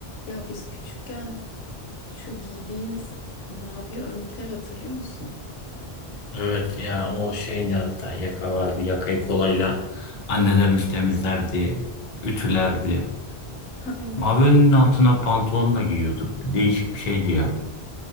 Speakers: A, on the left; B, on the left.
A: Ya biz küçükken şu giydiğimiz mavi önlükleri hatırlıyor musun?
B: Evet ya o şeydi hatta yaka vardı. Yakayı kolayla annelerimiz temizlerdi, ütülerdi.
A: <laughs> Aynen.
B: Mavi önlüğün altına pantolonla giyiyorduk. Bir Değişik bir şeydi ya.